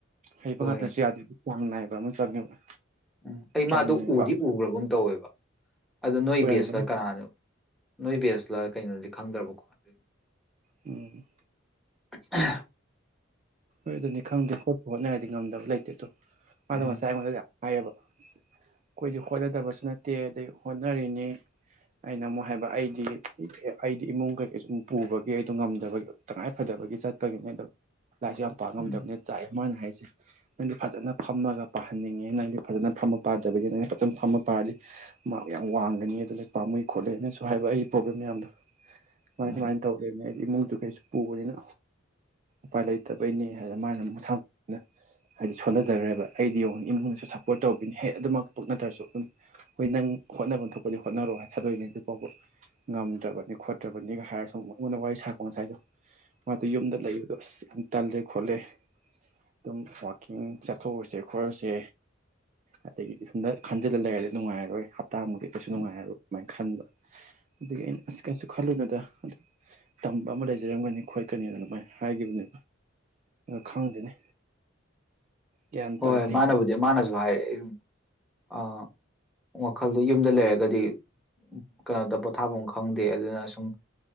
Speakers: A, on the right; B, in the centre.
A: ꯍꯩꯕ
B: ꯍꯣꯏ
A: ꯉꯥꯛꯇꯁꯨ ꯌꯥꯗꯣ ꯢꯁ ꯆꯥꯡꯅꯥꯢꯕ ꯑꯃ ꯆꯪꯉꯦꯕ
B: ꯎꯝ ꯑꯩ
A: ꯆꯥꯡ
B: ꯃꯥꯗꯣ
A: ꯅꯥꯏꯕ
B: ꯎꯗꯤ ꯎꯈ꯭ꯔꯕꯨꯝ ꯇꯧꯋꯦꯕ ꯑꯗ ꯅꯣꯏ
A: ꯑꯣꯏꯔꯝꯒꯅꯤ
B: ꯕꯦꯁꯂ ꯀꯅꯥꯅꯣ ꯅꯣꯏ ꯕꯦꯁꯂ ꯀꯩꯅꯣꯗꯤ ꯈꯪꯗ꯭ꯔꯕꯀꯣ ꯑꯗꯨꯒꯤꯅꯦ
A: ꯎꯝ
B: ꯑ
A: ꯍꯣꯏ ꯑꯗꯨꯅꯤ ꯈꯪꯗꯦ ꯍꯣꯠꯄ ꯍꯣꯠꯅꯔꯗꯤ ꯉꯝꯗꯕ ꯂꯩꯇꯦ ꯑꯗꯣ
B: ꯎꯝ
A: ꯃꯥꯗꫭ ꯉꯁꯥꯏ ꯍꯥꯏꯌꯦꯕ ꯑꯩꯈꯣꯏꯗꯤ ꯍꯣꯠꯅꯗꯕꯁꯨ ꯅꯠꯇꯦ ꯑꯗꯩ ꯍꯣꯠꯅꯔꯤꯅꯤ ꯑꯩꯅ ꯑꯃꯨꯛ ꯍꯥꯏꯕ ꯑꯩꯗꯤ ꯑꯩꯗꯤ ꯏꯃꯨꯡ ꯀꯩꯀꯩꯁꯨ ꯄꯨꯕꯒꯤ ꯑꯩꯗꯣ ꯉꯝꯗꯕꯒꯤ ꯇꯉꯥꯏꯐꯗꯕꯒꯤ ꯆꯠꯄꯒꯤꯅꯦ ꯑꯗꯣ ꯂꯥꯢꯔꯤꯛꯁꯦ ꯌꯥꯝ ꯄꯥ ꯉꯝꯗꯕꯅꯤꯅ
B: ꯎꯝ
A: ꯆꯥꯛꯑꯦ ꯃꯥꯅ ꯍꯥꯏꯁꯦ ꯅꯪꯗꯤ ꯐꯖꯅ ꯐꯝꯃꯒ ꯄꯥꯍꯟꯅꯤꯡꯉꯦ ꯅꯪꯗꯤ ꯐꯖꯅ ꯐꯝꯃ ꯄꯥꯗꯕꯒꯤ ꯅꯪ ꯐꯖꯅ ꯐꯝꯃ ꯄꯥꯔꯗꯤ ꯃꯔꯥꯛ ꯌꯥꯝ ꯋꯥꯡꯒꯅꯤ ꯑꯗꯨꯅ ꯄꯥꯝꯃꯨꯏ ꯈꯣꯠꯂꯨ ꯑꯅꯁꯨ ꯍꯥꯏꯕ ꯑꯩꯒꯤ ꯄ꯭ꯔꯣꯕ꯭ꯂꯦꯝ ꯃꯌꯥꯝꯗꯣ ꯁꯨꯃꯥꯢ
B: ꯎꯝ
A: ꯁꯨꯃꯥꯏ ꯇꯧꯔꯤꯕꯅꯦ ꯍꯥꯏꯗꯤ ꯏꯃꯨꯡ ꯁꯨ ꯀꯩꯁꯨ ꯄꯨꯕꯅꯤꯅ ꯎꯄꯥꯏ ꯂꯩꯇꯕꯩꯅꯦ ꯍꯥꯏꯗꯅ ꯃꯥꯅ ꯑꯃꯨꯛ ꯃꯁꯅ ꯍꯥꯏꯗꯤ ꯁꯣꯟꯊꯖꯈ꯭ꯔꯦꯕ ꯑꯩꯗꯤ ꯌꯦꯡꯉꯤ ꯏꯃꯨꯡꯅꯁꯨ ꯁꯞꯄꯣꯔꯠ ꯇꯧꯕꯤꯅꯦ ꯍꯦꯛ ꯑꯗꯨꯃꯛ ꯄ ꯅꯠꯇ꯭ꯔꯁꯨ ꯑꯗꯨꯝ ꯍꯣꯏ ꯅꯪ ꯍꯣꯠꯅꯕ ꯊꯣꯛꯄꯗꯤ ꯍꯣꯠꯅꯔꯣ ꯍꯥꯏ ꯊꯥꯗꯣꯛꯏꯅꯦ ꯑꯗꯨ ꯐꯥꯎꯕ ꯉꯝꯗ꯭ꯔꯕꯅꯤ ꯈꯣꯠꯇ꯭ꯔꯕꯅꯤꯒ ꯍꯥꯏꯔꯁꯨ ꯑꯩꯉꯣꯟꯗ ꯋꯥꯔꯤ ꯁꯥꯔꯄ ꯉꯁꯥꯏꯗꯣ ꯃꯥꯗꯣ ꯌꯨꯝꯗ ꯂꯩꯕꯗꯣ ꯑꯁ ꯁꯝ ꯇꯜꯂꯦ ꯈꯣꯠꯂꯦ ꯑꯗꯨꯝ ꯋꯥꯛꯀꯤꯡ ꯆꯠꯊꯣꯛꯔꯁꯦ ꯈꯣꯠꯂꯨꯁꯦ ꯑꯗꯒꯤ ꯁꯨꯝꯗ ꯈꯟꯖꯤꯜꯂ ꯂꯩꯔꯗꯤ ꯅꯨꯡꯉꯥꯏꯔꯔꯣꯏ ꯍꯞꯇꯥꯃꯨꯛꯇꯤ ꯀꯩꯁꯨ ꯅꯨꯡꯉꯥꯏꯔꯔꯣꯏ
B: ꯎꯝ
A: ꯑꯗꯨꯃꯥꯏꯅ ꯈꯟꯕ ꯑꯗꯒꯤ ꯑꯩꯅ ꯑꯁꯨ ꯀꯩꯁꯨ ꯈꯜꯂꯨꯅꯗ ꯑꯗꯨ ꯇꯝꯕ ꯑꯃ ꯂꯩꯖꯔꯝꯒꯅꯤ ꯈꯣꯠꯀꯅꯤꯅ ꯑꯗꯨꯃꯥꯏꯅ ꯍꯥꯏꯈꯤꯕꯅꯤ ꯈꯪꯗꯦꯅꯦ ꯒ꯭ꯌꯥꯟ
B: ꯍꯣꯏ
A: ꯇꯥꯗꯦ
B: ꯃꯥꯅꯕꯨꯗꯤ ꯃꯥꯅꯁꯨ ꯍꯥꯏꯔꯑꯦ ꯑ ꯋꯥꯈꯜꯗꯣ ꯌꯨꯝꯗ ꯂꯩꯔꯒꯗꯤ ꯀꯩꯅꯣꯗ ꯄꯣꯊꯥꯐꯝ ꯈꯪꯗꯦ ꯑꯗꯨꯅ ꯁꯨꯝ